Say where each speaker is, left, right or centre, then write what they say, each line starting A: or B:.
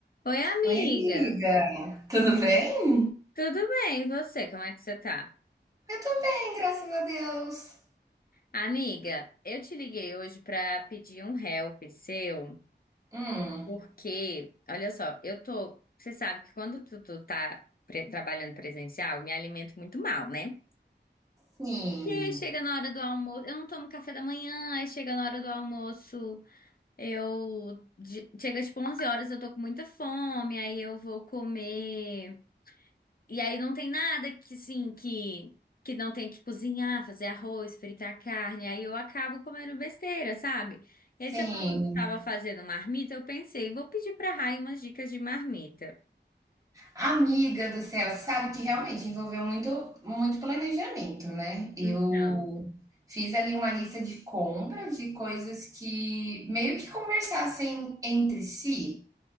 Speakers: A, on the left; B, on the right.
A: Oi, amiga.
B: Oi, amiga. Tudo bem?
A: Tudo bem? E você? Como é que você tá?
B: Eu tô bem, graças a Deus.
A: Amiga, eu te liguei hoje pra pedir um help seu,
B: Hum,
A: porque, olha só, eu tô, você sabe que quando tu, tu tá pre- trabalhando presencial, eu me alimento muito mal, né?
B: sim,
A: E aí chega na hora do almoço, eu não tomo café da manhã, aí chega na hora do almoço, eu de- chega tipo 11 horas, eu tô com muita fome, aí eu vou comer E aí não tem nada que, assim, que, que não tenha que cozinhar, fazer arroz, fritar carne. Aí eu acabo comendo besteira, sabe? E aí
B: sim.
A: você falou que estava fazendo marmita, eu pensei, vou pedir pra Rai umas dicas de marmita.
B: Amiga do céu, sabe que realmente envolveu muito, muito planejamento, né? Eu
A: Então,
B: fiz ali uma lista de compras de coisas que meio que conversassem entre si.